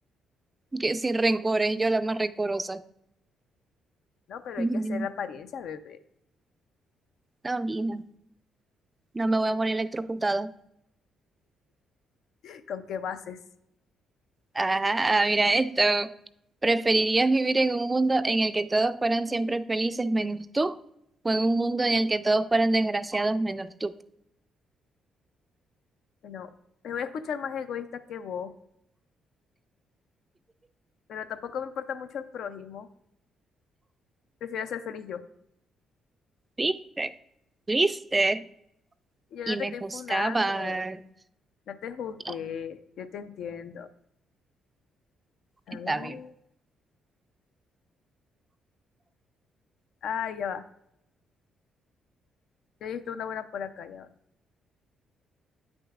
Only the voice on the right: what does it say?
Que sin rencores, yo la más rencorosa.
Ujú.
No, mija, no me voy a morir electrocutada.
Ah, mira esto. ¿Preferirías vivir en un mundo en el que todos fueran siempre felices menos tú? ¿O en un mundo en el que todos fueran desgraciados menos tú?
¿Viste? ¿Viste?
Y
me
juzgaban.
No,
Está
bien.